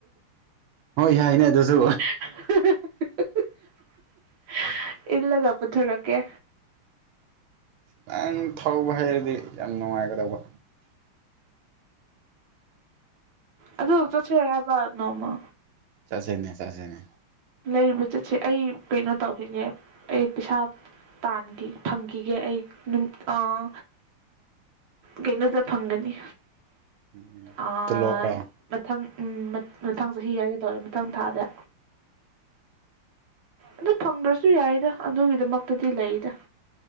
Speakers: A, on the right; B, on the right.
A: ꯍꯣꯏ ꯌꯥꯏꯅꯦ ꯑꯗꯨꯁꯨ
B: <inaudible> ꯏꯜꯂꯒ ꯄꯨꯊꯣꯔꯛꯀꯦ
A: ꯅꯪ ꯊꯧꯕ ꯍꯩꯔꯗꯤ ꯌꯥꯝ ꯅꯨꯡꯉꯥꯏꯒꯗꯧꯕ
B: ꯑꯗꯨ ꯆꯠꯁꯦ ꯍꯥꯏꯕ ꯅꯣꯡꯃ
A: ꯆꯠꯁꯦꯅꯦ ꯆꯠꯁꯦꯅꯦ
B: ꯂꯩꯕ ꯆꯠꯁꯦ ꯑꯩ ꯀꯩꯅꯣ ꯇꯧꯗꯣꯏꯅꯦ ꯑꯩ ꯄꯩꯁꯥ ꯄꯥꯟꯐꯤ ꯐꯪꯈꯤꯒꯦ ꯑꯩ ꯅꯨꯡ ꯑꯥ ꯀꯩꯅꯣꯗ ꯐꯪꯒꯅꯤ
A: ꯎꯝ
B: ꯑꯥ
A: ꯇꯣꯂꯣꯞꯔꯥ
B: ꯃꯊꯪ ꯎꯝ ꯃꯊꯪ ꯆꯍꯤ ꯍꯥꯏꯒ ꯃꯊꯪ ꯊꯥꯗ ꯑꯗꯨ ꯐꯪꯗ꯭ꯔꯁꯨ ꯌꯥꯏꯗ ꯑꯗꯨꯒꯤꯗꯃꯛꯇꯗꯤ ꯂꯩꯗ